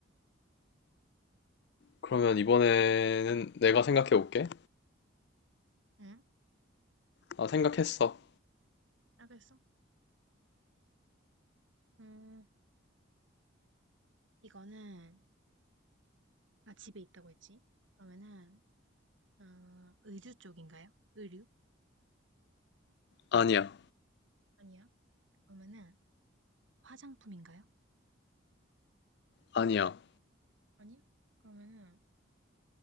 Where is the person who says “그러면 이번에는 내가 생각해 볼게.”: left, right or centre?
Left